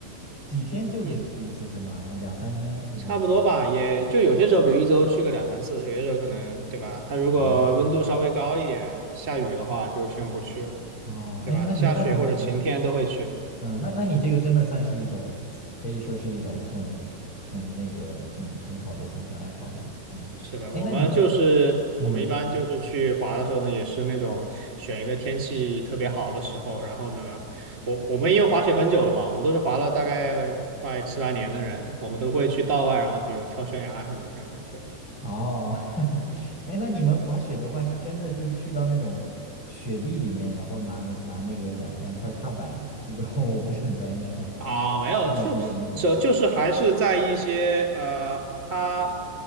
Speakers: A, on the left; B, on the right.
A: 几天就得去一次是吗？
B: 嗯。
A: 两三天或者？
B: 差不多吧，也就有些时候，比如一周去个两三次，有些时候可能，对吧？它如果温度稍微高一点，
A: 哦
B: 下雨的话就先不去了，
A: 哦，
B: 对吧？
A: 哎，那你那你这个，
B: 下雪或者晴天都会去的。
A: 嗯，那那你这个真的算是一种，可以说是一种很很那个很很好的兴趣爱好了，嗯，
B: 是的，
A: 哎，
B: 我们就是我们一般就是去滑的时候呢，
A: 那你们，嗯，
B: 也是那种选一个天气特别好的时候，然后呢，我我们因为滑雪很久了嘛，我们都是滑了大概快七八年的人，我们都会去道外，然后比如跳悬崖什么的这种。对。
A: 哦，<laughs> 哎，那你们滑雪的话，是真的就是去到那种雪地里面，然后拿拿那个两两块踏板这种，<laughs> 我不是很专业哈，
B: 啊，没有，
A: 凭我自己的理解，
B: 就就就是还是在一些呃，他